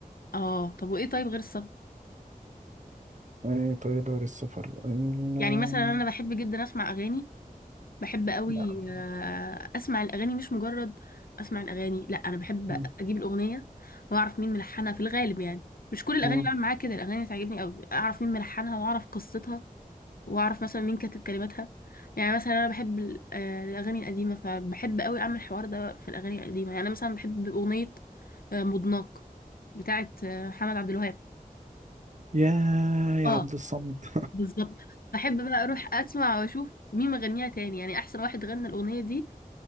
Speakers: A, on the left; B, on the right.
A: اه طب وايه طيب غير السفر
B: ايه طيب غير السفر ال-
A: يعني مثلا انا بحب جدا اسمع اغاني بحب قوي
B: لا
A: آه، اسمع الاغاني مش مجرد اسمع الاغاني لا انا بحب
B: م-
A: اجيب الاغنيه واعرف مين ملحنها في الغالب يعني مش كل الاغاني
B: م-
A: بعمل معاها كده الاغاني تعجبني قوي اعرف مين ملحنها واعرف قصتها واعرف مثلا مين كاتب كلماتها يعني مثلا انا بحب ال- آه، الاغاني القديمه فبحب قوي اعمل الحوار ده في الاغاني القديمه يعني انا مثلا بحب اغنيه آه، مضناك بتاعت آه، محمد عبد الوهاب
B: يا يا
A: اه
B: عبد الصمد
A: بالظبط بحب بقى اروح اسمع واشوف مين مغنيها تاني يعني احسن واحد غنى الاغنيه دي